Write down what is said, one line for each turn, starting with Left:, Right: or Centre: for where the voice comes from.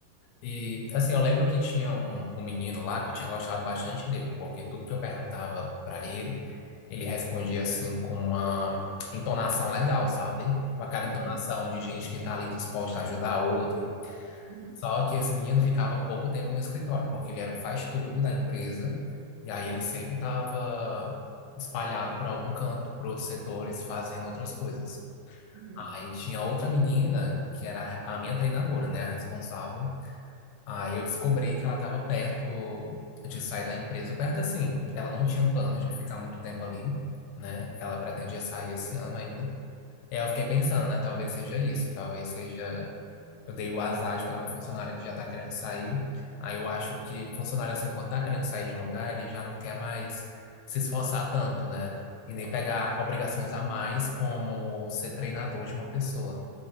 Left: E, assim, eu lembro que tinha um, um menino lá que eu tinha gostado bastante dele, porque tudo que eu perguntava pra ele, ele respondia, assim, com uma entonação legal, sabe? Com aquela entonação
Right: Uhum,
Left: de gente que tá ali disposta a ajudar outro.
Right: uhum.
Left: Só que esse menino ficava pouco tempo no escritório, porque ele era o faz-tudo da empresa, e aí ele sempre estava espalhado por algum canto, por outros setores, fazendo outras coisas.
Right: Uhum,
Left: Aí tinha outra menina, que era a minha treinadora, né, a responsável Aí eu descobri que ela estava perto de sair da empresa, perto assim. Ela não tinha planos de ficar muito tempo ali, né? Ela pretendia sair esse ano ainda. E aí eu fiquei pensando, né? Talvez seja isso, talvez seja. Eu dei o azar de pegar uma funcionária que já tá querendo sair. Aí eu acho que funcionário, assim, quando tá querendo sair de um lugar, ele já não quer mais se esforçar tanto, né? E nem pegar obrigações a mais como ser treinador de uma pessoa.